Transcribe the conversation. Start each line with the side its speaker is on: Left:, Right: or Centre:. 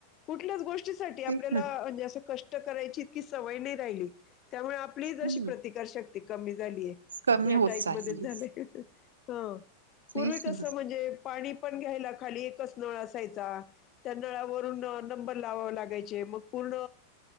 Left: कुठल्याच गो- ष्टीसाठी आपल्याला
Right: तेच ना
Left: म्हणजे, कष्ट करायची इतकी सवय नाही राहिली, त्यामुळे- आपलीच अशी
Right: हम्म
Left: प्रतिकारशक्ती कमी झालीये,
Right: कमी
Left: या
Right: होत
Left: टाईप
Right: चालली
Left: मध्ये झालेय. हं,
Right: तेच
Left: पूर्वी कसं
Right: ना
Left: म्हणजे, पाणी पण घ्यायला खाली एकच नळ असायचा. त्या नळावरून नंबर लावावे लागायचे, मग पूर्ण